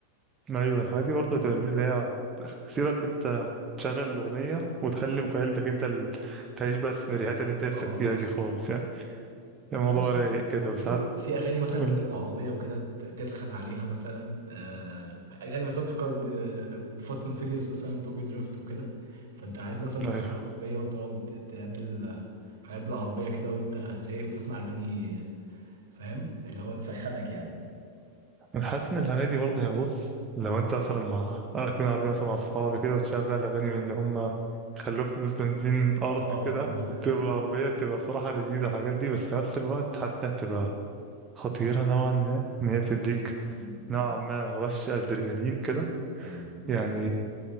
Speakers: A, on the right; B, on the right.
A: أيوه الحاجات دي برضه بتبقى اللي هي اختيارك أنت تشغل الأغنية وتخلي مخيلتك أنت ال... تعيش بقى السيناريوهات اللي أنت نفسك
B: اه
A: فيها دي خالص يعني الموضوع
B: لا بصراحة
A: رايق كده
B: وفي
A: وساعات
B: وفي اغاني مثلا
A: قول
B: لو انت بالعربيه وكده ت- تسخن عليها مثلا آه، اغاني مثلا تفكرك بفاست اند فيريوس مثلا توكي دريفت وكده فانت عايز مثلا تسخن
A: أيوه
B: العربيه وتقعد تعمل آه، حاجات بالعربيه كده وانت سايق بتسمع اغاني آه، فاهم اللي هو تسخنك يعني
A: انا حاسس ان الاغاني دي برضه هي بص لو انت مثلا مع راكبين عربيه مثلا مع اصحابي كده وتشغل اغاني من اللي هم خلوك تلبس بنزين ارض
B: اه
A: كده
B: اه
A: وتطير بالعربيه تبقى صراحه لذيذه الحاجات دي بس في نفس الوقت حاسس انها تبقى خطيره نوعا ما ان هي بتديك
B: م-
A: نوعا
B: م.
A: ما رش ادرينالين كده
B: ايوه بالظبط
A: يعني